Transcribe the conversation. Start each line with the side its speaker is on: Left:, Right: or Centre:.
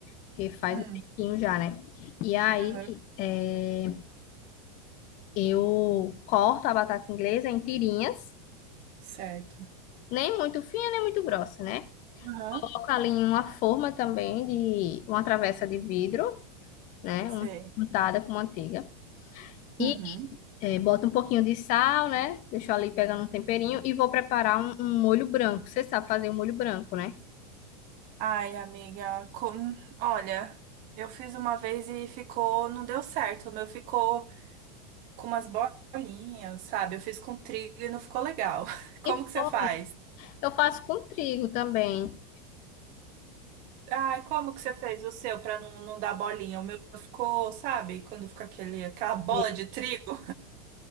Left: porque faz
Right: Hum,
Left: um tempinho já, né? E aí
Right: aham,
Left: é, eu corto a batata inglesa em tirinhas,
Right: certo.
Left: nem muito fina, nem muito grossa, né?
Right: Aham,
Left: Coloco ali em uma forma também de uma travessa de vidro, né?
Right: sei.
Left: Um- Untada com manteiga. E
Right: Uhum.
Left: é, boto um pouquinho de sal, né? Deixo ali pegando um temperinho e vou preparar um, um molho branco. Você sabe fazer um molho branco, né?
Right: Ai, amiga, com... olha, eu fiz uma vez e ficou, não deu certo. O meu ficou com umas bolinhas, sabe? Eu fiz com trigo e não ficou legal. <laughs> Como
Left: E
Right: que você
Left: foi.
Right: faz?
Left: Eu faço com trigo também.
Right: Ai, como que você fez o seu pra não, não dar bolinha? O meu ficou, sabe? Quando fica aquele, aquela bola
Left: Sei,
Right: de trigo.